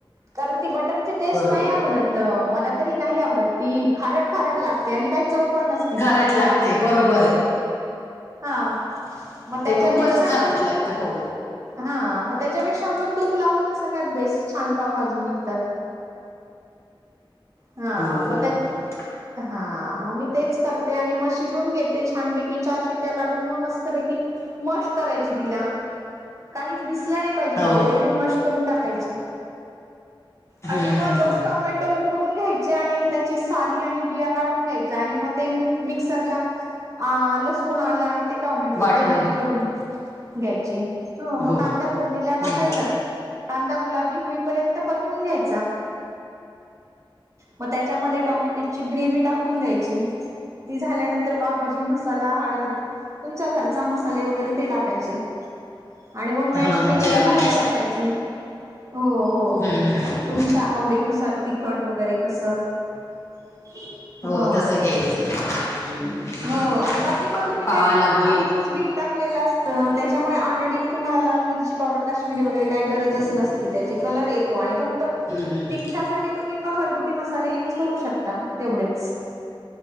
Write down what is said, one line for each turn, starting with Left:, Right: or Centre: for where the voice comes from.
Right: कारण ती बटरची टेस्ट
Left: बरोबर
Right: नाही आवडत.
Left: आहे
Right: मला तरी नाही आवडत ती खारट खारट लागते आणि काय चव पण नस
Left: खारट लागते बरोबरये
Right: हा म त्याच्यापेक्षा
Left: ते खूपच खारट
Right: न
Left: लागतं हो
Right: हा मग त्याच्यापेक्षा आपलं तूप लावलं तर सगळ्यात बेस्ट छान पाव भाजून निघतात. हा
Left: हो बरोबर
Right: म त्यात
Left: आहे
Right: हा म मी तेच करते आणि म शिजून घेते छानपैकी चार शिट्या काढून म मस्तपैकी मस्ट करायची तिला काहीच दिसलं नाय पाहिजे तिज्यात
Left: हो
Right: एवढी मस्श करून टाकायची आणि
Left: हम्म हम्म
Right: म
Left: हम्म
Right: दोन टोमॅटो
Left: हम्म
Right: उ उकडून घ्यायचे आणि त्याची साली आणि बिया काढून घ्यायच्या आणि म ते मिक्सरला- आं लसूण आलं आणि ते टॉमॅटो
Left: वाटून
Right: ते बारीक करून घ्यायचे. हं म
Left: हो
Right: कांदा-
Left: हो
Right: फोडणीला टाकायचा कांदा गुलाबी होईपर्यंत परतून घ्यायचा. म त्याच्यामध्ये टोमॅटोची ग्रेवी टाकून द्यायची. ती झाल्यानंतर पावभाजी मसाला हळद तुमचां घरचा मसाले वगैरे ते टाकायचे. आणि म मॅश
Left: हां
Right: केलेली
Left: जे
Right: भाजी
Left: आपले
Right: टाकायची हो हो हो
Left: हम्म हम्म हम्म
Right: तुम च्या आवडीनुसार तिखट वगैरे कसं <unintelligible>
Left: हो तसं घ्यायचं हम्म
Right: अ हो आणि बाकी म तुम्ही
Left: पावाला
Right: काय
Left: मग हम्म
Right: अगोदरच बीट टाकलेलं असतं त्याच्यामुळे ऑलरेडी तुम्हाला लाल मिरची पावडर काश्मीरी वगैरे काय गरजच नसती. त्याची कलर येत तो आणि फक्त
Left: हम्म
Right: तिखटासाठी तुम्ही म घरगुती मसाले युज करू शकता तेवढेच